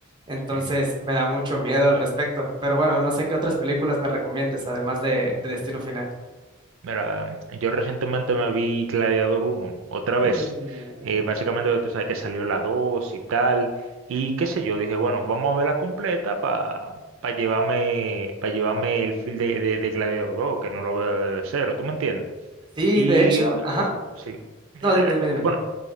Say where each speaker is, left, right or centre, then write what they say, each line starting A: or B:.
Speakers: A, on the right; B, on the right.
A: Entonces
B: ujú.
A: me da mucho miedo al respecto. Pero bueno, no sé qué otras películas me recomiendes, además de, de Destino Final.
B: Mira, yo recientemente me vi Gladiador uno otra vez.
A: Uh,
B: Eh, básicamente tú sabes que salió la 2 y tal. Y qué sé yo, dije, bueno, vamos a verla completa para llevarme, pa llevarme el feel de, de, de Gladiador 2, que no lo veo de cero, ¿tú me entiendes?
A: Sí,
B: Y
A: de hecho, ajá.
B: sí, era-
A: No, dime, dime, dime.
B: bueno,